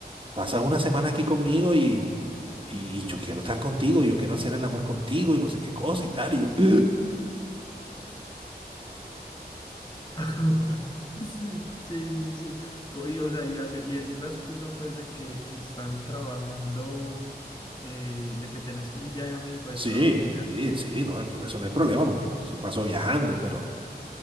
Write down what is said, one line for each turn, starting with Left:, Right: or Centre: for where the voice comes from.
Right: pasas una semana aquí conmigo y, y, y yo quiero estar contigo, yo quiero hacer el amor contigo y no sé qué cosa y tal. Y yo, <laughs>
Left: <laughs> Sí, sí, sí. Co- Y, o sea, y, hace- y decir la excusa pues de que están trabajando, eh, de que tenés que- un viaje a México de
Right: sí,
Left: trabajo, ¿cierto?
Right: sí, sí, no, porque eso no hay problema porque yo paso viajando, pero,